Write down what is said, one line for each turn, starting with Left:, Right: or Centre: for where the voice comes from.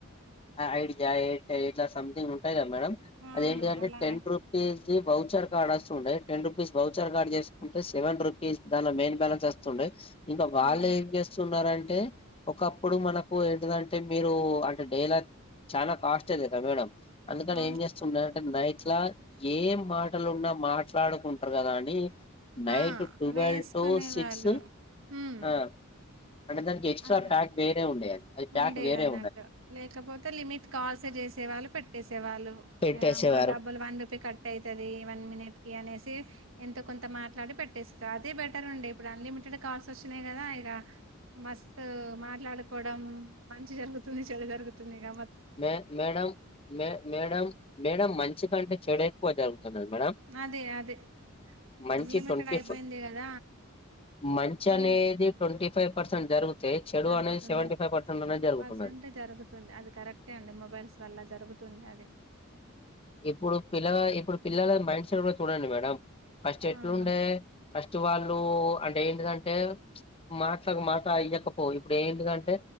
Left: ఆ ఐడి యా ఇట్లా సంథింగ్ ఉంటాయి కదా మేడమ్
Right: అవును
Left: అదేంటిదంటే
Right: అలా
Left: టెన్ రూ ten rupees the voucher card వస్తుండే టెన్ రూపీస్ వోచర్ కార్డ్ చేసుకుంటే సవెన్ రూపీస్ దానిలో మేయిన్ బ్యాలన్స్ వస్తు తుండే ఇంకా వాళ్ళు
Right: అవును
Left: ఏం చేస్తున్నారంటే ఒకప్పుడు మనకు ఏంటదంటే మీరు అంటే డైలార్ చానా కాస్ట్ అది <unintelligible> అందుకని
Right: అవును
Left: ఏం చేస్త్ న్నే నైట్లా ఏం మాటలున్నా మాట్లాడుకుంటారు కదా అని నైట్
Right: ఆ
Left: ట్వెల్వ్
Right: వేసుకునే
Left: టు సిక్స్
Right: వాళ్ళు హ్మ్
Left: ఆ అంటే దానికి ఎక్స్ట్రా
Right: అట్ల
Left: ప్యాక్ వేరే ఉండే అది ప్యాక్
Right: ఉండేది
Left: వేరే
Right: అన్నట్టు లేకపోతే లిమిట్ కాల్స్ ఏ చేసేవాళ్ళు పెట్టేసేవాళ్ళు
Left: పెట్టేసేవారు
Right: ఓ అమ్మా డబ్బులు వన్ రూపి కట్ అయితది వన్ మినిట్ కి అనేసి ఎంతో కొంత మాట్లాడి పెట్టేస్తారు అదే బెటర్ ఉండే ఇప్పుడు అన్లిమిటెడ్ కాల్స్ వచ్చినాయి కదా ఇక మస్తు మాట్లాడుకోవడం మంచి జరుగుతుంది చెడు జరుగుతుంది ఇగ
Left: మే మేడం మే మేడం మేడం మంచి కంటే చెడు ఎక్కువ జరుగుతున్నారు మేడం
Right: అదే అదే
Left: మంచి
Right: అన్లిమిటెడ్
Left: ట్వంటీ
Right: అయిపోయింది
Left: ఫ
Right: కద
Left: మంచి
Right: పిల్
Left: అనేది ట్వంటీ ఫైవ్ పర్సెంట్ జరితే చెడు
Right: జరుగుతుంది
Left: అనేది సెవెంటీ ఫైవ్ పర్సెం అనేది జరుగుతున్నది
Right: పర్సెంట్ జరుగుతుంది అది కరెక్టే అండి మొబైల్స్ వల్ల జరుగుతుంది అది
Left: ఇప్పుడు పిల్ల ఇప్పుడు పిల్లల మైండ్ సెట్ కూడ చూడండి మేడం ఫస్ట్ ఎట్లుంటాయ్
Right: అవును
Left: ఫస్ట్ వాళ్ళు అంటే ఏంటిదంటే మాట్లా మాట ఇయ్యకపో ఇప్పుడు ఏంటిదంటే